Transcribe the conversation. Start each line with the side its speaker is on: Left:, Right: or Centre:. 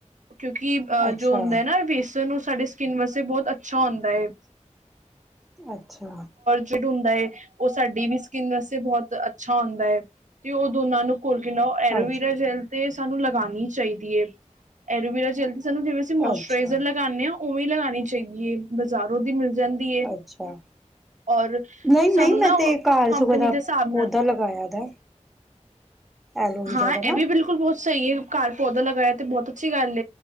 Right: ਕਿਉਂਕਿ ਅਹ
Centre: ਅੱਛਾ
Right: ਜੋ ਹੁੰਦਾ ਹੈ ਨਾ ਵੇਸਣ ਓਹੋ ਸਾਡੇ ਸਕਿਨ ਵਾਸਤੇ ਬਹੁਤ ਅੱਛਾ ਹੁੰਦਾ ਏ
Centre: ਅੱਛਾ
Right: ਜਿੜ ਹੁੰਦਾ ਹੈ। ਉਹ ਸਾਡੀ ਵੀ ਸਕਿੰਨ ਵਾਸਤੇ ਬਹੁਤ ਅੱਛਾ ਹੁੰਦਾ ਹੈ। ਤੇ ਉਹ ਦੋਨਾਂ ਨੂੰ ਕੋਲ ਕੇ ਐਲੋਵੀਰਾ
Centre: ਅੱਛਾ
Right: ਜੈਲ ਤੇ ਸਾਨੂੰ ਲਗਾਉਣੀ ਚਾਹੀਦੀ ਹੈ ਐਲੋਵੀਰਾ ਜੈਲ ਤੇ ਸਾਨੂੰ ਜਿਵੇਂ ਸੀਂ ਮੋਸਚਰਾਈਜ਼ਰ
Centre: ਅੱਛਾ
Right: ਲਗਾਉਂਦੇ ਹਾਂ ਉਵੇਂ ਲਗਾਉਣੀ ਚਾਹੀਦੀ ਹੈ। ਬਾਜ਼ਾਰੋਂ ਦੀ ਮਿਲ ਜਾਂਦੀ। ਏ
Centre: ਅੱਛਾ
Right: ਔਰ
Centre: ਨਹੀਂ
Right: ਸਾਨੂੰ
Centre: ਨਹੀਂ ਮੈਂ
Right: ਨਾ
Centre: ਤੇ ਘਰ
Right: ਕੰਪਨੀ
Centre: ਸੁਗੋਂ ਦਾ
Right: ਦੇ ਹਿਸਾਬ
Centre: ਪੌਦਾ
Right: ਨਾਲ
Centre: ਲਗਾਇਆ ਦਾ। ਐਲੋਵੇਰਾ
Right: ਹਾਂ
Centre: ਦਾ
Right: ਇਹ
Centre: ਨਾ
Right: ਵੀ ਬਿਲਕੁਲ ਬਹੁਤ ਸਹੀ ਹੈ ਘਰ ਪੌਦਾ ਲਗਾਇਆ ਤੇ ਬਹੁਤ ਅੱਛੀ ਗੱਲ